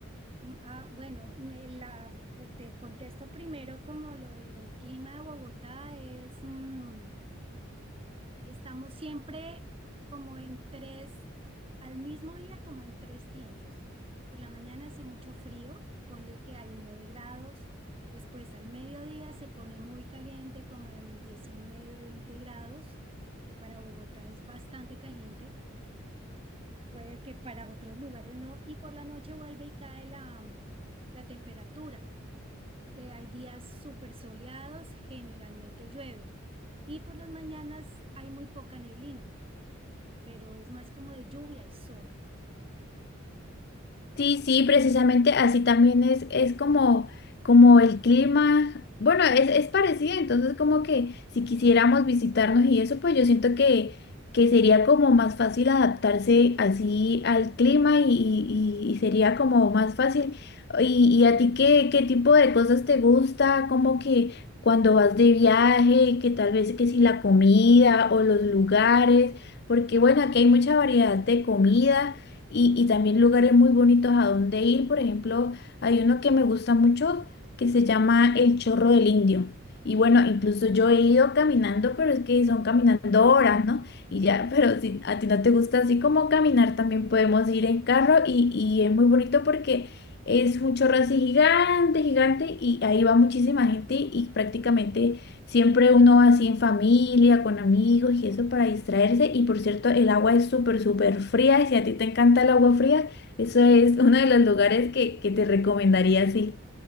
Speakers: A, on the right; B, on the left.
A: Mm, Ah, bueno, me la, pues, te contesto primero como lo del clima de Bogotá es... mm, Estamos siempre como en tres, al mismo día como en tres tiempos. Por la mañana hace mucho frío, ponle que hay 9 grados, después al mediodía se pone muy caliente como en 19 20 grados, que para Bogotá es bastante caliente, puede que para otros lugares no, y por la noche vuelve y cae la, mm, la temperatura. Eh, Hay días súper soleados, generalmente llueve, y por las mañanas hay muy poca neblina pero es más como de lluvia y sol.
B: Sí, sí, precisamente así también es, es como, como el clima, bueno, es, es parecido, entonces como que si quisiéramos visitarnos y eso, pues yo siento que, que sería como más fácil adaptarse así al clima y, y- y sería como más fácil. ¿Y, y a ti qué, qué tipo de cosas te gusta? Como que cuando vas de viaje, que tal vez que si la comida o los lugares, porque bueno, aquí hay mucha variedad de comida y, y también lugares muy bonitos a donde ir. Por ejemplo, hay uno que me gusta mucho que se llama El Chorro del Indio. Y bueno, incluso yo he ido caminando, pero es que son caminando horas, ¿no? Y ya, <laughs> pero si a ti no te gusta así como caminar, también podemos ir en carro y, y es muy bonito porque es un chorro así gigante, gigante y ahí va muchísima gente y prácticamente Siempre uno va así en familia, con amigos y eso para distraerse. Y por cierto, el agua es súper, súper fría. Y si a ti te encanta el agua fría, eso es uno de los lugares que, que te recomendaría, sí.